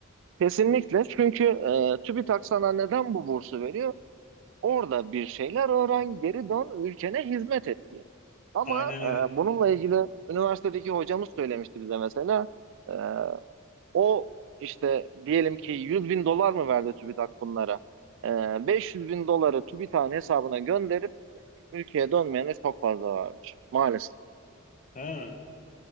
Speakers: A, on the right; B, on the left.
A: Kesinlikle. Çünkü e, TÜBİTAK sana neden bu bursu veriyor? Orada bir şeyler öğren, geri dön, ülkene hizmet et diye. Ama
B: Aynen öyle.
A: e, bununla ilgili üniversitedeki hocamız söylemişti bize mesela. E, o işte diyelim ki 100 bin dolar mı verdi TÜBİTAK bunlara? E, 500 bin doları TÜBİTAK'ın hesabına gönderip ülkeye dönmeyene çok fazla varmış. Maalesef.
B: Ha.